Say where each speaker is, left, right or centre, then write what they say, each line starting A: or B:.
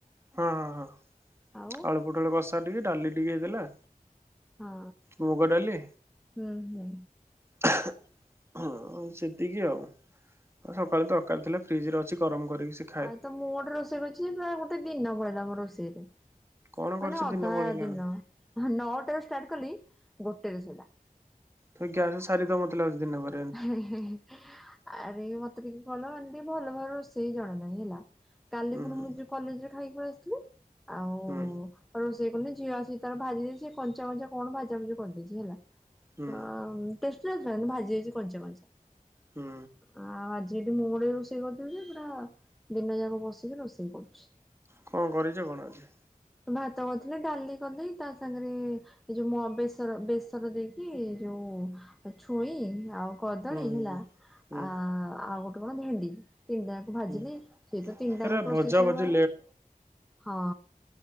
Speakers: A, on the right; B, in the centre.
A: ହଁ ହଁ ହଁ
B: ଆଉ
A: ଆଳୁପୁଟଳ କଷା ଟିକେ ଡାଲି ଟିକେ ହେଇ ଦେଲା।
B: ହଁ
A: ମୁଗଡଲେ
B: ହୁଁ ହୁଁ।
A: ହ ସେତିକି ଆଉ ହ ସକାଳେ ତରକାରୀ ଥିଲା। ଫ୍ରିଜ ରେ ଅଛି ଗରମ କରିକି ସେ
B: ଆଉ ତ ମୁଁ ଗୋଟେ ରୋଷେଇ କରିଛି ଯେ ପୁରା ଗୋଟେ ଦିନ ପଳିଲା ମୋ ରୋଷେଇରେ
A: କଣ
B: ମାନେ
A: କରିଛ
B: ଅଧା
A: ଦିନ ପଳେଇଲା
B: ଦିନ
A: ବେ
B: ନଅଟ ର ଷ୍ଟାର୍ଟ କଲି ଗୋଟେରେ ସିଲା
A: ତଁ ଗ୍ୟାସ୍ ସାରି ତ ମତେ ଲାଗୁ ଦିନ ବାର
B: ହେଁ ହେଁ ହେଁ ଆରେ ମତେ ଟିକେ କଲ ଟିକ ଭଲ ଭାବ ରୋଷେଇ ଜଣା ନାହିଁ ହେଲା କାଲି
A: ହୁଁ
B: ପୁଣି
A: ହୁଁ
B: ମୁଁ କଲେଜରେ ଖାଇକି ପଳ ଆସିଥିଲେ ଆଉ
A: ହୁଁ
B: ରୋଷେଇ କଲେ ଝିଅଆସି ତାର ଭାଜି ଦେଇଛି ସେ କଞ୍ଚା କଞ୍ଚା କଣ ଭାଜା ଫୁଜି କରିଦେଇଛି ହେଲା।
A: ହୁଁ
B: ଅ ଟେଷ୍ଟଟି ନଥିଲା କିନ୍ତୁ ଭାଜି ହେଉଛି କଞ୍ଚା କଞ୍ଚା-
A: ହୁଁ
B: ଆଉ ଆଜି ଏଠି ମୁଁ ଗୋଡିକ ରୋଷେଇ କରିଥିଲ ଯେ ପୁରା ଦିନ ଯାକ ବସିକି ରୋଷେଇ କରୁଛି।
A: କଣ କରିଛ କଣ ଅଛି?
B: ଭାତ କରିଥିଲେ ଡାଲି କରିଦେଇ ତା ସାଙ୍ଗରେ ଏ ଯୋଉ ମ ବେସର ବେସର ଦେଇକି ଯୋଉ ଛୁଇଁ ଆଉ କଦଳୀ
A: ହୁଁ ହୁଁ
B: ହେଲା
A: ହୁଁ ହୁଁ
B: ଆ ଆଉ ଗୋଟେ କଣ ଭେଣ୍ଡି ତିନିଟା ଭାଜିଲି
A: ହୁଁ।
B: ସେ ତ ତିନିଟାଙ୍କୁ
A: ହେରା
B: ପ୍ରୋସେସ
A: ଭଜା ଭଜି
B: ହୋର ହଁ